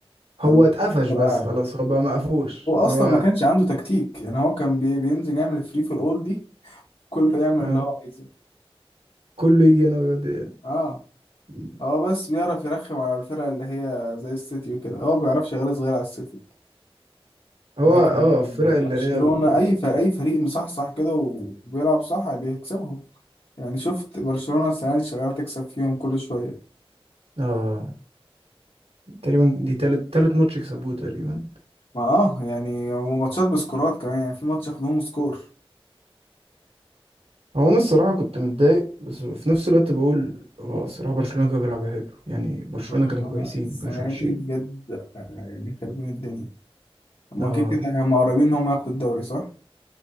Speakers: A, on the right; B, on the left.
A: هو
B: فاللي هو
A: اتقفش
B: فضل
A: بس
B: قاعد
A: خلاص هو بقى مقفوش
B: هو اصلا
A: هو
B: ما كانش عنده تكتيك يعني هو كان بي- بينزل يعمل فري في الاول دي كله يعمل
A: آه،
B: اللي هو عايزه
A: كله يجي هنا ويودي
B: اه
A: هنا.
B: هو بس بيعرف يرخم على الفرق اللي هي زي السيتي وكده هو ما بيعرفش يغلس غير على السيتي
A: هو
B: لكن
A: اه الفرق اللي
B: برشلونة
A: هي ال-
B: أي فريق أي فريق مصحصح كده وبيلعب صح بيكسبهم يعني شفت برشلونة السنة دي شغالة تكسب فيهم كل شوية
A: اه تقريبا دي تالت تالت ماتش يكسبوه تقريبا
B: ما اه يعني وماتشات بسكورات كمان يعني في ماتش ياخدوهم سكور
A: هو انا الصراحه كنت متضايق بس في نفس الوقت بقول اه الصراحه برشلونه كانوا بيلعبوا حلو يعني برشلونه
B: برشلونة
A: كانوا كويسين
B: السنة
A: ما كانوش وحشين
B: دي بجد يعني خربين الدنيا هما
A: اه
B: كده كده هما قريبين إن هما ياخدوا الدوري صح